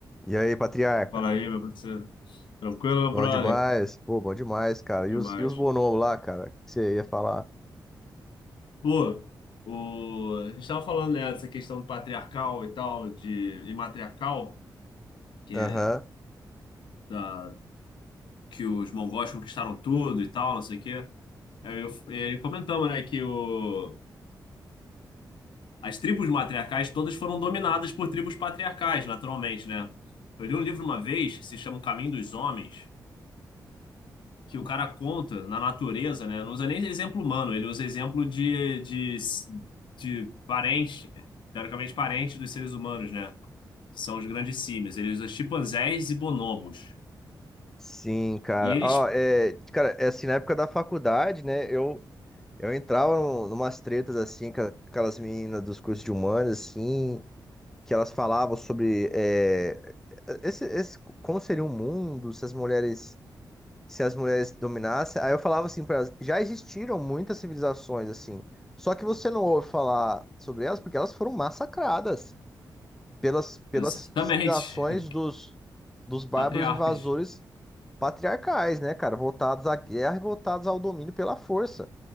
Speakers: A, in the centre; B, on the left.
A: E aí, patriarca?
B: Fala aí, meu parceiro. Tranquilo, meu
A: Bom
B: brother?
A: demais? Pô, bom demais, cara. E
B: Demais.
A: os, e os bonobos lá, cara? O que que você ia falar?
B: Pô, o... a gente tava falando, né, dessa questão patriarcal e tal, de... e matriarcal, que,
A: Aham.
B: é da... que os mongóis conquistaram tudo e tal, não sei o quê. Aí eu... e aí comentamos, né, que o... as tribos matriarcais todas foram dominadas por tribos patriarcais, naturalmente, né? Eu li um livro uma vez que se chama O Caminho dos Homens, que o cara conta na natureza, né? Não usa nem exemplo humano, ele usa exemplo de, de, de parente, teoricamente parente dos seres humanos, né? Que São os grandes símios. Ele usa chimpanzés e bonobos.
A: Sim, cara.
B: E eles.
A: Ó, é, cara, é assim, na época da faculdade, né? Eu, eu entrava num, numas tretas, assim, com a- com aquelas meninas dos cursos de humanas, assim, que elas falavam sobre é, esse, esse- como seria o mundo se as mulheres se as mulheres dominassem. Aí eu falava assim para elas, já existiram muitas civilizações assim, só que você não ouve falar sobre elas porque elas foram massacradas pelas, pelas
B: Exatamente.
A: civilizações
B: <laughs>
A: dos, dos bárbaros
B: Patriarcas.
A: invasores patriarcais, né, cara, voltados à guerra e voltados ao domínio pela força.